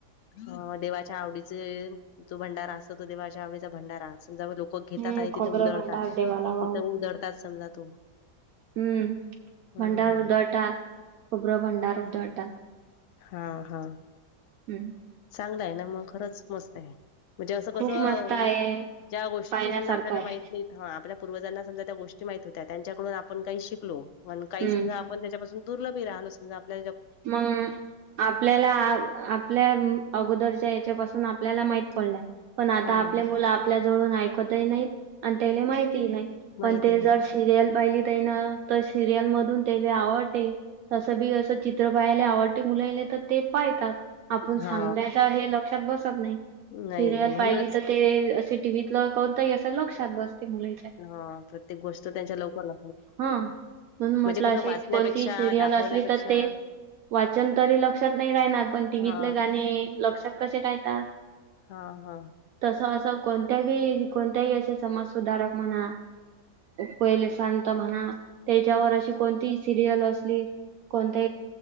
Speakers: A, on the left; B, on the right.
A: अ देवाच्या आवडीचे तो भंडारा असत तो देवा भंडारा सम लोक घेतात
B: हम्म
A: आणि
B: खोबरं
A: तिथं उधळतात
B: भांडार देवाला वाहू.
A: तिथं उधडतात समजा तो
B: हम्म
A: हम्म
B: भंडार
A: हम्म
B: उधळतात खोबरं भंडार उधळतात.
A: हा हा.
B: हम्म.
A: चांगलं आहे ना मग खरंच मस्त आहे. म्हणजे असं कसं
B: खूप मस्त आहे
A: ज्या गोष्टी
B: पाहण्यासारखं
A: समजा आपल्याला
B: आहे
A: माहित नाही. हा आपल्या पूर्वजांना समजा त्या गोष्टी माहित होत्या त्यांच्याकडून आपण काही शिकलोण काही
B: हम्म.
A: समजा आपण त्याच्यापासून दुर्ली राहिल आपल्या
B: मग आपल्याला ल्या अगोदरच्या याच्या पाासून आपल्याला माहित पडलं पण आता
A: हा
B: आपले मुलं. आप ज ऐकत नाही आणि त्या माहिती नाही
A: माहिती
B: पण ते
A: आहे
B: ज सिरियल पाहिली त्या ना तर सिरियल मधून त्याला आवडते तसं बी असं चित मित्र पायाले आवडते मुलले तर ते पाहतात आपण
A: हा
B: सांगण्याचा हे लक्षात बसत नाही.
A: नाही
B: सिरियल
A: नाही म्हणूनच
B: पाहिली तर ते असे टीव्हीतला करणता असं लक्षात बसते मुली
A: हा प्रत्येक गोष्ट त्यांच्या लवकरला
B: हा म्हणून म्हटलं
A: म्हणजे
B: अशी
A: कसं वाचण्यापेक्षा
B: कोणती सिरियल
A: दाखवण्यापेक्षा
B: असली तर ते वाचन तरी लक्षात नाही राहणार पण टीव्हीतले
A: हा
B: गाणे लक्षात कसे राहतात.
A: हा हा.
B: तस असं कोणत्याही कोणत्याही असे समाज सुधारक म्हणा. पहिले सांंत म्हणा त्याच्यावर अशी कोणती सिरियल असली. कोणते?